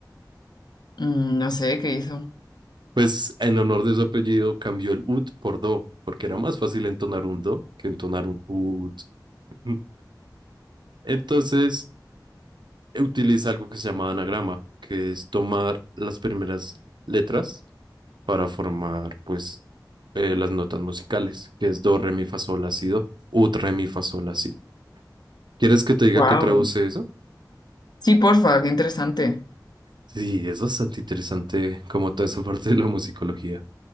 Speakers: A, on the left (about 65°); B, on the right (about 80°).
A: Mm, no sé qué hizo.
B: Pues en honor de su apellido cambió el ut por do, porque era más fácil entonar un do que entonar un ut. <laughs> Entonces, utiliza algo que se llama anagrama, que es tomar las primeras letras para formar, pues, eh, las notas musicales, que es do, re, mi, fa, sol, la, si, do, ut, re, mi, fa, sol, la, si. ¿Quieres que te diga
A: wow.
B: qué traduce eso?
A: Sí, porfa, qué interesante.
B: Sí, es bastante interesante como toda esa parte de la musicología.